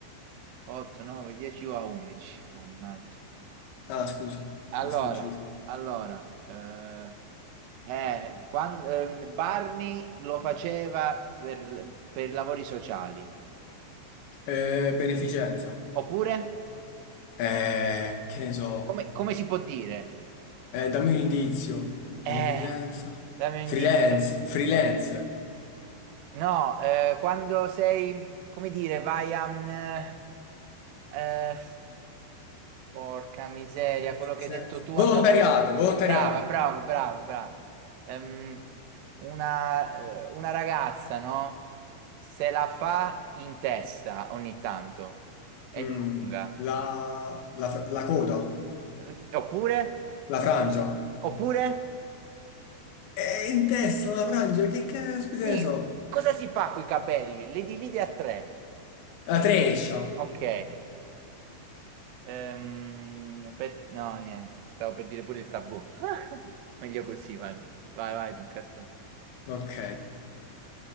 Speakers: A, on the right; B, on the left.
A: 8, 9, 10 o a 11. Mannaggia.
B: Ah, scusa,
A: Allora,
B: mi è sfuggito.
A: allora, eh, eh, quan- ehm, Barney lo faceva per, per lavori sociali.
B: Eh, beneficenza.
A: Oppure,
B: Eh, che ne so.
A: come, come si può dire?
B: Eh, dammi un indizio. Beneficenza.
A: Eh, dammi un
B: Freelance,
A: indizio.
B: freelance.
A: No, eh, quando sei, come dire, vai a... mm, eh, eh, Porca miseria,
B: Beneficenza.
A: quello che hai detto tu
B: Volontariato,
A: andava...
B: volontariato.
A: Brava, brava, brava, brava. Ehm, una, eh, una ragazza, no? Se la fa in testa ogni tanto. È
B: Mm,
A: lunga.
B: la, la- la coda,
A: Eh, Oppure?
B: la frangia.
A: Oppure?
B: È in testa la frangia, che caspita
A: Sì,
B: ne so.
A: cosa si fa coi capelli? Li dividi a tre.
B: La treccia.
A: Ok. Ehm, pe- No, niente. Stavo per dire pure il tabù. <laughs> Meglio così, guarda. Vai, vai, tocca a te.
B: Ok.